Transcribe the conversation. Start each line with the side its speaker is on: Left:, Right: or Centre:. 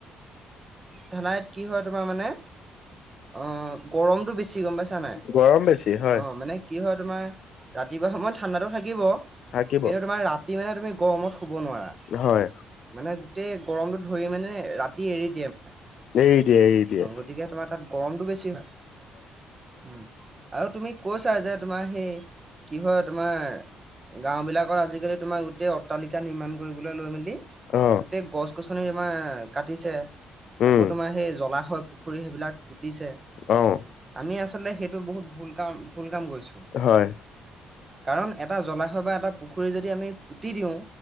Right: ধনাইত কি হয় তোমাৰ মানে, অআ গৰমতটো বেছি গম পাইছা নাই,
Left: গৰম বেছি হয়
Right: অ' মানে কি হয় তোমাৰ ৰাতিপুৱা সময়ত ঠাণ্ডাটো থাকিব
Left: থাকিব
Right: কিন্তু তোমাৰ ৰাতি মানে তুমি গৰমত শুব নোৱাৰা,
Left: হয়
Right: মানে গোটেই গৰমটো ধৰি মানে ৰাতি এৰি দিয়ে মে
Left: এৰি দিয়ে এৰি দিয়ে
Right: অ' গতিকে তোমাৰ তাত গৰমটো বেছি হয়। আৰু তুমি কৈছা যে তোমাৰ, সেই কি হয়ৰ তোমাৰ গাও বিলাকৰ আজিকালি তোমাৰ গোটেই অট্টালিকা নিৰ্মাণ কৰিবলৈ লৈ মেলি
Left: অ
Right: গোটেই গছ গছনি তোমাৰ কাটিছে,
Left: উম
Right: আকৌ তোমাৰ সেই জলাই হয় পুখুৰী সেইবিলাক পুতিছে।
Left: অ'।
Right: আমি আচলতে সেইটো বহুত ভুল কাম ভুল কাম কৰিছোঁ
Left: হয়
Right: কাৰণ এটা জলাশয় বা এটা পুখুৰী যদি আমি পুতি দিওঁ।